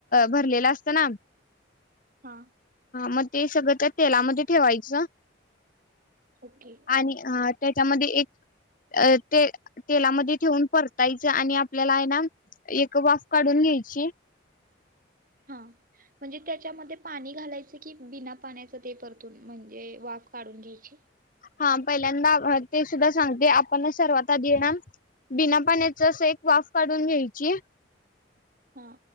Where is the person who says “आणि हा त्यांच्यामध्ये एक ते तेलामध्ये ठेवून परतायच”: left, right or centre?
Left